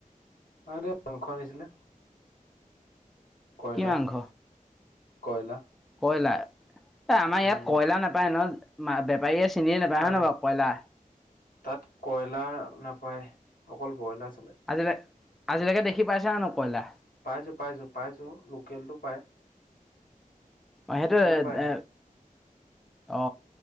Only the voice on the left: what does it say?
তাহাতে মাংস আনিছিলে। কয়লাৰ,
কয়লা।
উম
তাত
তাত কয়লাৰ নাপায় অকল ব্ৰইলাৰ চালে।
পাইছো পাইছো পাইছো লোকেলটো পাই।
পায়।